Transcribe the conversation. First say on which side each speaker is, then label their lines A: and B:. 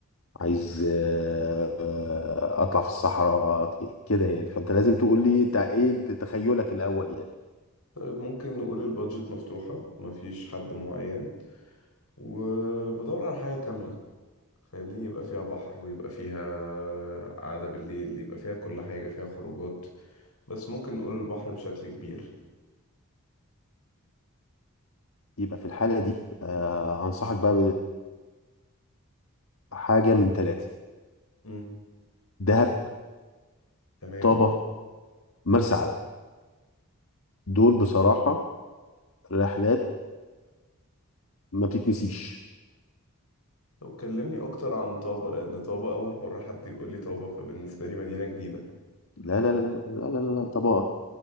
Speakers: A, on the left (about 65°); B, on the left (about 80°).
A: عايز آه آه، اطلع في الصحراء أطلع- كده يعني فانت لازم تقول لي انت ايه تخيلك الاول يعني
B: طيب ممكن نقول البادجت مفتوحة مفيش حد معين وبدور على حاجة كاملة فاهمني يبقى فيها بحر ويبقى فيها قعدة بالليل يبقى فيها كل حاجة فيها خروجات بس ممكن نقول البحر بشكل كبير
A: يبقى في الحاله دي آه انصحك بقى بحاجه من ثلاثه
B: مم.
A: دهب
B: تمام
A: طابه مرسى علم دول بصراحه رحلات ما بتتنسيش
B: طب كلمني أكتر عن طابة لأن طابة أول <laughs> مرة حد يقول لي طابة فبالنسبة لي مدينة جديدة
A: لا لا لا لا لا لا, لا. طبعا